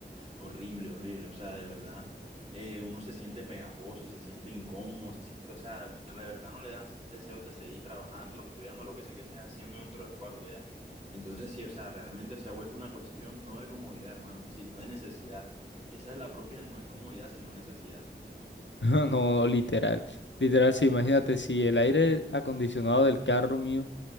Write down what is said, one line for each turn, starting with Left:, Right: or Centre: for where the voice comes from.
Right: horrible, horrible. O sea, de verdad, eh, uno se siente pegajoso, se siente incómodo, se siente, o sea, de verdad no le dan deseos de seguir trabajando, estudiando, lo que sea que estés haciendo dentro del cuarto ya. Entonces, sí, o sea, realmente se ha vuelto una cuestión no de comodidad, hermano, sino de necesidad. Esa es la propia, no es comodidad, sino necesidad.
Left: No, no, literal. Literal, sí, imagínate si el aire acondicionado del carro mío